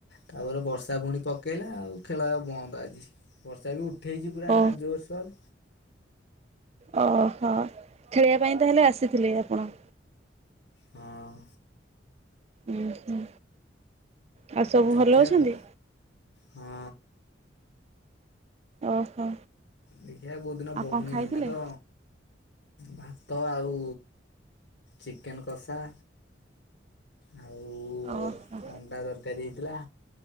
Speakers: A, on the left; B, on the right.
A: ତାପରେ ବର୍ଷା ପୁଣି ପକେଇଲା ଆଉ ଖେଳ ବନ୍ଦ ଆଜି। ବର୍ଷା ବି ଉ ଉଠେଇଛି ପୁରା
B: ଓ
A: ଜୋରସୋର।
B: ଓହୋ ଖେଳିବା ପାଇଁ ତାହେଲେ ଆସିଥିଲେ ଆପଣ?
A: ହଁ।
B: ଉଁ ହୁଁ। ଆଉ ସବୁ
A: ଦେଖିଆ
B: ଭଲ ଅଛନ୍ତି?
A: କୁ ହଁ।
B: ଓହୋ
A: ଦେଖିଆ କୋଉ ଦିନ
B: ଆଉ
A: ବହୁଣୀ
B: କଣ ଖାଇଥିଲେ?
A: ଏଇନା ତ ଭାତ ଆଉ ଚିକେନ୍ କଷା। ଆଉ
B: ଓହୋ।
A: ଅଣ୍ଡା ତରକାରୀ ହେଇଥିଲା